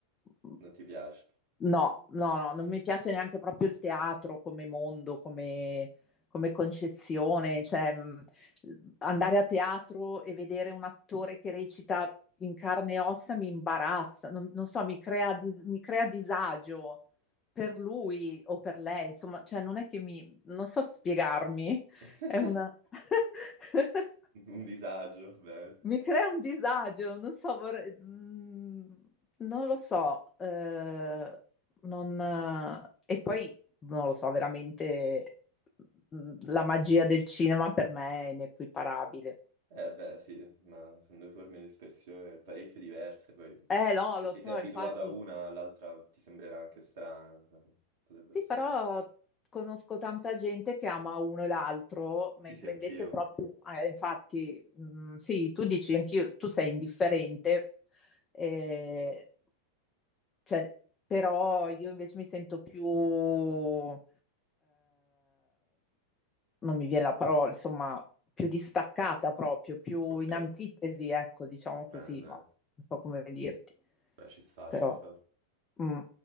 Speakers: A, on the left; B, on the right.
A: eh,
B: Non ti piace?
A: no, no, no, non mi piace neanche proprio il teatro come mondo, come, come concezione. Cioè, mh, andare a teatro e vedere un attore che recita in carne e ossa mi imbarazza, non, non so, mi crea, dis- mi crea disagio per lui o per lei, insomma, cioè non è che non so spiegarmi,
B: <laughs>
A: è una... <laughs>
B: Un disagio, bene.
A: mi crea un disagio, non so, vorrei... mm, non lo so, eh, non... eh, e poi non lo so, veramente mm, la magia del cinema per me è inequiparabile.
B: Eh beh, sì, ma sono due forme di espressione parecchio diverse, poi
A: Eh no,
B: se
A: lo
B: ti
A: so,
B: sei abituato
A: infatti,
B: a una, l'altra ti sembrerà anche strana. Potrebbe
A: Sì,
B: essere...
A: però conosco tanta gente che ama uno e l'altro,
B: Sì,
A: mentre
B: sì, anch'io.
A: invece proprio, eh, infatti, mh, sì, tu dici anch'io, tu sei indifferente, eh, cioè, però io invece mi sento più, eh, non mi viene la parola, insomma, più distaccata proprio, più
B: Ok,
A: in antitesi, ecco, diciamo così,
B: bene, bene.
A: ma non so come dirti,
B: Beh, ci sta,
A: però.
B: ci sta.
A: Mm.